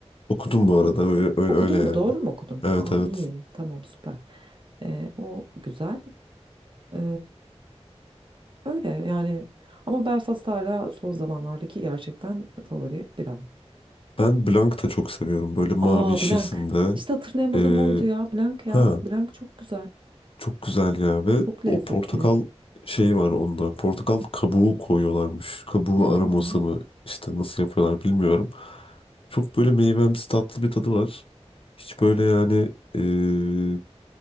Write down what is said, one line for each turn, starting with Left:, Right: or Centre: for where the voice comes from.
Left: Okudum bu arada öyle öyle,
Right: Okudun
Left: öyle yani.
Right: mu? Doğru mu okudum?
Left: Evet
Right: Aa
Left: evet.
Right: iyiyim. Tamam süper. Ee, o güzel. Ee, öyle yani ama Belfast hala son zamanlardaki gerçekten favori biram.
Left: Ben Blanc da çok seviyorum. Böyle mavi
Right: Aa
Left: şişesinde.
Right: blank İşte hatırlayamadığım
Left: Ee,
Right: oydu ya. blank
Left: ha
Right: ya. blank çok güzel.
Left: çok güzel ya ve
Right: Çok lezzetli.
Left: o portakal şeyi var onda. Portakal kabuğu koyuyorlarmış. Kabuğu
Right: Hı hı
Left: aroması
Right: hı.
Left: mı işte nasıl yapıyorlar bilmiyorum. Çok böyle meyvemsi tatlı bir tadı var. Hiç böyle yani ee,